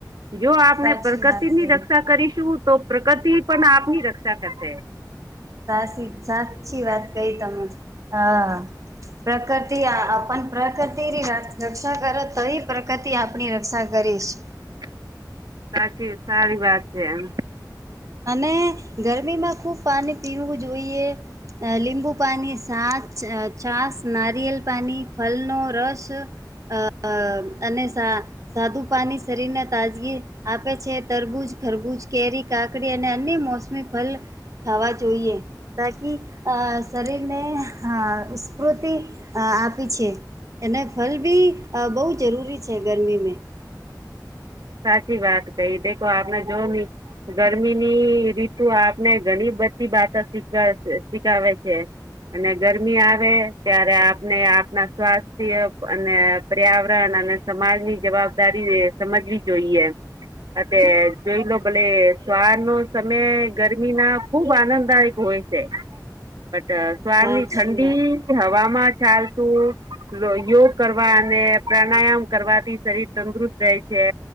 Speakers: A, on the right; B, on the right.
A: જો આપણે
B: સાચી
A: પ્રકૃતિની
B: વાત કહી
A: રક્ષા કરીશું તો પ્રકૃતિ પણ આપની રક્ષા કરશે.
B: સાચી સાચી વાત કહી તમે આ આપ પ્રકૃતિ રક્ષા કરો તો એ પ્રકૃતિ આપની રક્ષા કરીશ.
A: <inaudible> સાચી સારી વાત છે એમ.
B: અને ગરમીમાં ખુબ પાણી પીવું જોઈએ લીંબુ પાણીની સાસ છાસ નારિયેલ પાણી ફલનો રસ અ અ અને સાદું પાણી શરીરને તાજગી આપે છે. તરબૂજ ખરબૂજ કેરી કાકડી અને અન્ય મોસમી ફલ. ખાવા જોઈએ તાકી શરીરને સ્ફૂર્તિ આપી છે એને ફલ બી બહુ જરૂરી છે ગરમીમે.
A: સાચી વાત કઈ દેખો આપણે જો ગરમીની રીતુ આપણે ઘણી બધી બાતો શીખ શીખાવે છે. અને ગરમી આવે ત્યારે આપને આપણા સ્વાસ્થ્ય અને પર્યાવરણ અને સમાજ ની જવાબદારી સમજવી જોઈએ. અ જોઈ લો ભલે સવાર નો સમય ગરમી ના ખુબ આનંદદાયક હોય હોય છે, બટ સ્વાર
B: સાચી
A: ની ઠંડી
B: વાત.
A: હવામાં ચાલતું યોગ કરવા અને પ્રાણાયામ કરવાથી શરીર તંદુરસ્ત રહે. છે.